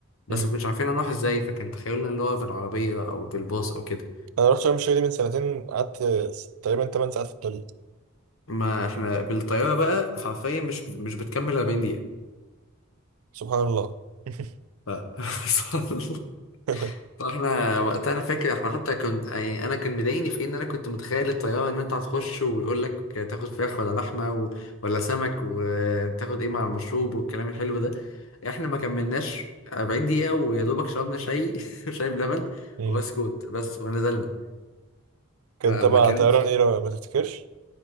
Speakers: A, on the left; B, on the right.
A: بس
B: أمم.
A: ما كناش عارفين هنروح ازاي فكان تخيلنا اللي هو بالعربية او بالباص او كده
B: انا رحت شرم الشيخ دي من سنتين قعدت تقريبا 8 ساعات في الطريق
A: ما احنا بالطيارة بقى حرفيا مش مش بتكمل 40 دقيقة
B: سبحان الله <laughs>
A: ف... <laughs> سبحان الله.
B: <laughs>
A: فاحنا وقتها انا فاكر احنا حتى كنت يعني انا كان مضايقني في إيه؟ ان انا كنت متخيل الطيارة ان انت هتخش ويقول لك تاخد فراخ ولا لحمة و... ولا سمك وتاخد ايه مع المشروب والكلام الحلو ده احنا ما كملناش 40 دقيقة ويا دوبك شربنا شاي <laughs> شاي بلبن
B: مم.
A: وبسكوت بس ونزلنا
B: كان
A: فما
B: تبع
A: كانتش
B: طيران ايه لو ما تفتكرش